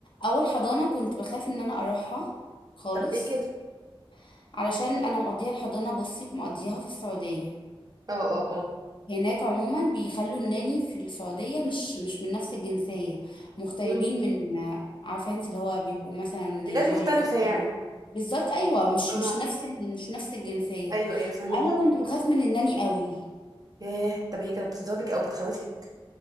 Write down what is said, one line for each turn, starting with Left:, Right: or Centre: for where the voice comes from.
Left: اول حضانه كنت بخاف ان انا اروحها خالص
Right: طب ليه كده
Left: علشان انا مقضيه الحضانه بصي مقضيها في السعوديه
Right: اه اه اه
Left: هناك عموما بيخلوا الناني في السعوديه مش مش من نفس الجنسيه مغتربين
Right: مم.
Left: من عارفه انت اللي هو بيبقوا مثلا نيجيريا
Right: بلاد مختلفة
Left: السودان
Right: يعني
Left: بالظبط ايوه مش
Right: اه
Left: مش نفس ال- مش نفس الجنسيه
Right: ايوه ايوه فهمك
Left: انا كنت بخاف من الناني قوي
Right: ايه طب هي كانت بتضربك او بتخوفك